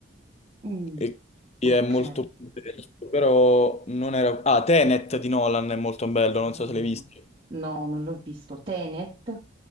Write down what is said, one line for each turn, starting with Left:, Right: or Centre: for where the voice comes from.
Right: Mm,
Left: E
Right: ok.
Left: e è molto più denso, però non era... Ah, Tenet di Nolan è molto bello,
Right: Ah,
Left: non so se l'hai visto.
Right: no, non l'ho visto. Tenet.